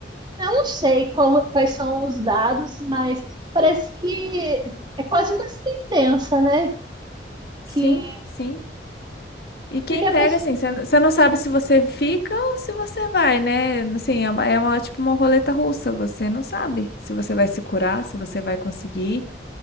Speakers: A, on the right; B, on the left.
A: eu não sei qual- quais são os dados, mas parece que é quase uma sentença, né?
B: Sim,
A: Que,
B: sim. E quem
A: porque a
B: pega,
A: pessoa,
B: assim, você não sabe se você fica ou se você vai, né? Assim, é uma, é uma- tipo uma roleta russa. Você não sabe se você vai se curar, se você vai conseguir,